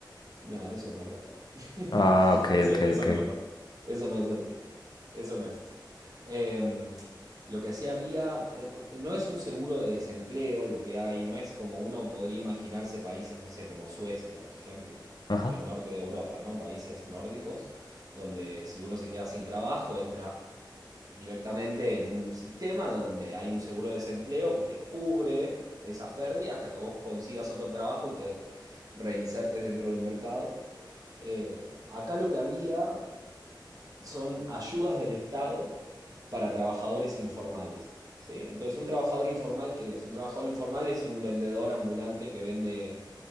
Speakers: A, on the right (about 50°); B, on the left (about 65°).
A: No, eso no es verdad. <laughs>
B: Ah, ok,
A: Eso,
B: ok,
A: eso
B: ok.
A: no es verdad. Eso no es así. Eso no es así. Em, lo que sí había, eh, o- no es un seguro de desempleo lo que hay, no es como uno podría imaginarse países, no sé, como Suecia, por ejemplo,
B: Ajá.
A: o el norte de Europa, ¿no? Países nórdicos, donde si uno se queda sin trabajo, entra directamente en un sistema donde hay un seguro de desempleo que te cubre esa pérdida hasta que vos consigas otro trabajo y te reinsertes dentro del mercado. Eh, acá lo que había son ayudas del Estado para trabajadores informales. ¿sí? Entonces, un trabajador informal, ¿qué es? Un trabajador informal es un vendedor ambulante que vende